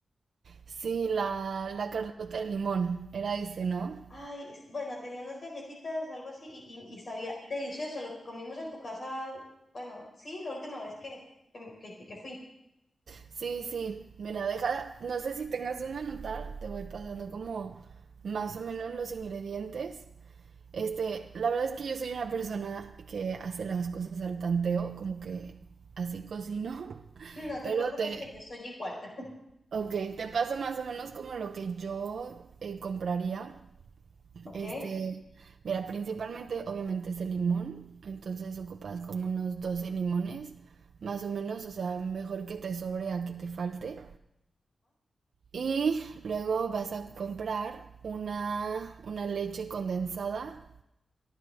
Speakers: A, on the right; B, on the left.
A: Sí, la, la Carlota de Limón, era ese, ¿no?
B: Ay, s- bueno, tenía unas galletitas, algo así, y, y- y sabía delicioso lo que comimos en tu casa. Bueno, sí, la última vez que, que, que- que fui.
A: Sí, sí, mira, deja, no sé si tengas un anotar, te voy pasando como más o menos los ingredientes. Este, la verdad es que yo soy una persona que hace las cosas al tanteo, como que así cocino, <laughs>
B: No te
A: pero
B: preocupes
A: te,
B: que yo soy igual, <laughs>
A: ok, te paso más o menos como lo que yo eh, compraría.
B: ¿ok?
A: Este, mira, principalmente obviamente es el limón, entonces ocupas como unos 12 limones, más o menos, o sea, mejor que te sobre a que te falte. Y luego vas a comprar una, una leche condensada,